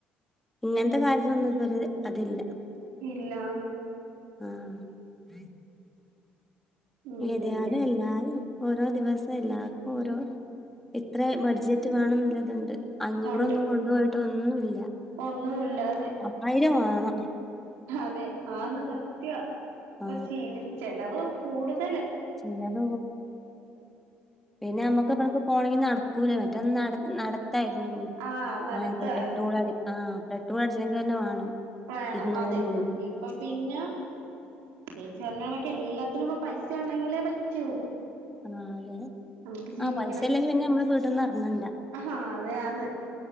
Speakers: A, in the centre; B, on the right (about 85°).
A: ഇങ്ങനത്തെ
B: ഉം
A: കാര്യത്തിലൊന്നും ഇപ്പത് അതില്ല
B: ഇല്ലാ,
A: ആഹ്
B: ഉം
A: ഏത്
B: പിന്നെ
A: അതല്ലാ.. ഓരോ ദിവസം എല്ലാർക്കും ഓരോ ഇത്ര ബഡ്ജറ്റ് വേണംന്നുള്ളതുണ്ട് അഞ്ഞൂറൊന്നും
B: ഉണ്ട്
A: കൊണ്ടുപോയിട്ട് ഒന്നുല്ല,
B: ഒന്നുമില്ലാതെ
A: പത്തായിരം വാണം
B: അതെ ആന്ന് സത്യ ഇപ്പ
A: ആ
B: ജീവ ചിലവ് കൂടും
A: <unintelligible> അത പിന്നെ നമ്മക്ക് ഇ പോണെങ്കിൽ നടക്കൂല മറ്റെ നട നട ക്കായിരുന്നു.
B: ആഹ് നടത്തുവാരുന്ന്
A: അത് പെട്രോൾ അടി് ക്കണം, പെട്രോൾ അടിച്ചണെങ്കിലെന്നെ വേണം
B: വേണം
A: ഇരുന്നൂറ്
B: അതെ,
A: മുന്നൂറ്
B: ഇപ്പൊ പിന്ന, ചേച്ചി പറഞ്ഞണ എല്ലാത്തിനുപ്പൊ പൈസ ഉണ്ടെങ്കിലേ പറ്റൂ.
A: നാലെ
B: നമുക്ക് ജീവിക്കണെങ്കി
A: ആ പൈസ ഇല്ലെങ്കി പിന്നെ ഞമ്മള് വീട്ട്ന്ന് എറങ്ങണ്ട
B: ആഹാ അതെ ആന്ന്